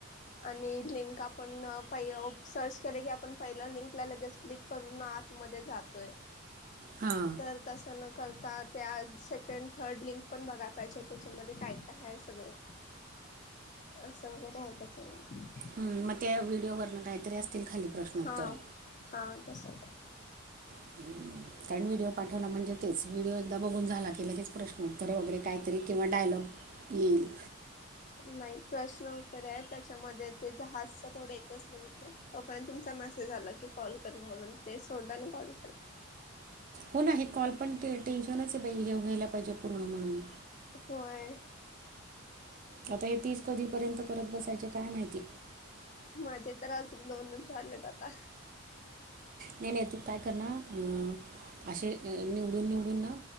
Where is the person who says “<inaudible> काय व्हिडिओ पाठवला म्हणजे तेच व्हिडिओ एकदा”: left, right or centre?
Right